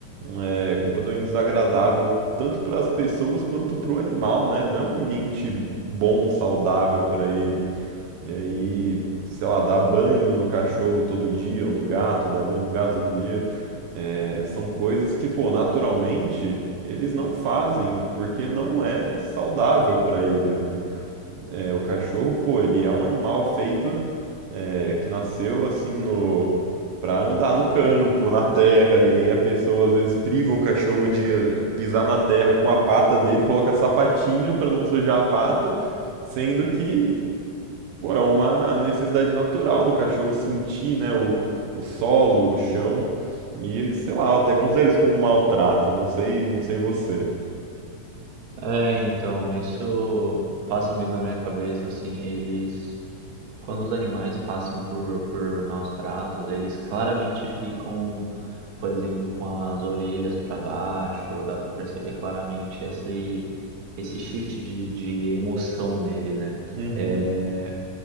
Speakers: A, on the right; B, on the right.
A: É completamente desagradável, tanto para as pessoas quanto para o animal, né? Não é um ambiente bom, saudável para ele. E aí, sei lá, dar banho no cachorro todo dia, ou no gato, dar banho no gato todo dia, é, são coisas que, pô, naturalmente eles não fazem porque não é saudável para eles, né? É, o cachorro, pô, ele é um animal feito é, que nasceu assim no para andar no campo, na terra, e aí a pessoa às vezes priva o cachorro de eh, pisar na terra com a pata dele, coloca sapatinho para não sujar a pata, sendo que Pô, é uma necessidade natural do cachorro sentir, né, o, o solo, o chão. E, sei lá, eu até considero isso como um maltrato. Não sei, não sei você.
B: É, então, isso passa muito na minha cabeça, assim, eles, quando os animais passam por, por maus tratos, eles claramente ficam, por exemplo, com as orelhas para baixo, dá pra perceber claramente esse, esse shift de, de emoção nele, né?
A: Uhum.
B: É,